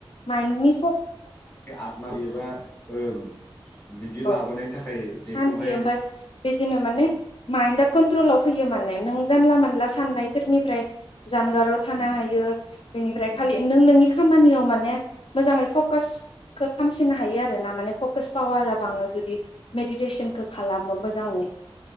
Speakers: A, on the left; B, on the left.
A: माइन्दनि
B: बे आतमा एबा ओं बिदि
A: औ
B: लाबोनायनि थाखाय बेखौहाय
A: सान्थि ओमफाय बिदिनो माइन्दआ कन्ट्रलाव फैयो माने नों जानला मानला साननायफोरनिफ्राय जानगाराव थानो
B: उम
A: हायो बेनिफ्राय
B: उम
A: नों नोंनि खामानियाव माने मोजाङै फकासखो खामसिननो हायो आरो ना माने फकास पावारा बाङो जुदि मेदिदेसनखो खालामो मोजाङै